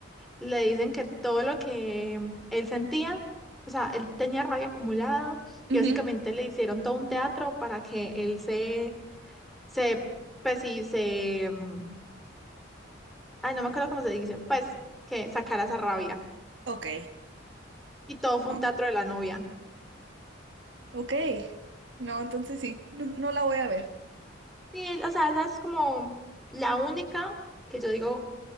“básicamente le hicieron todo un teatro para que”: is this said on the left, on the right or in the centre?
Centre